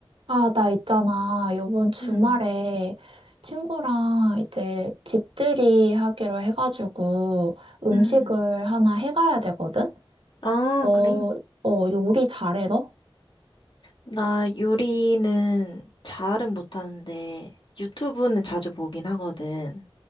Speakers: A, on the right; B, on the left.
A: 아, 나 있잖아. 요번 주말에
B: 음,
A: 친구랑 이제 집들이 하기로 해가지고 음식을
B: 음.
A: 하나 해가야 되거든?
B: 아,
A: 어,
B: 그래.
A: 어, 요리 잘해, 너?
B: 나 요리는 잘은 못하는데 유튜브는 자주 보긴 하거든.